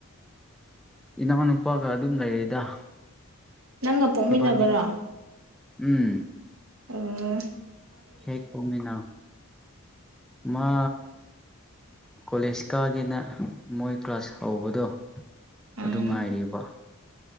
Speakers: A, in the centre; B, on the right.
A: ꯏꯅꯥꯎꯅꯨꯄꯥꯒ ꯑꯗꯨꯝ ꯂꯩꯔꯤꯗ
B: ꯅꯪꯒ ꯄꯣꯛꯃꯤꯟꯅꯕꯔꯣ
A: ꯏꯕꯥꯅꯤ ꯎꯝ
B: ꯎꯝ
A: ꯍꯦꯛ ꯄꯣꯛꯃꯤꯟꯅ ꯃꯥ ꯀꯣꯂꯦꯖ ꯀꯥ__ ꯀꯥꯒꯦꯅ ꯃꯣꯏ ꯀ꯭ꯂꯥꯁ ꯍꯧꯕꯗꯣ
B: ꯎꯝ
A: ꯑꯗꯨ ꯉꯥꯏꯔꯤꯕ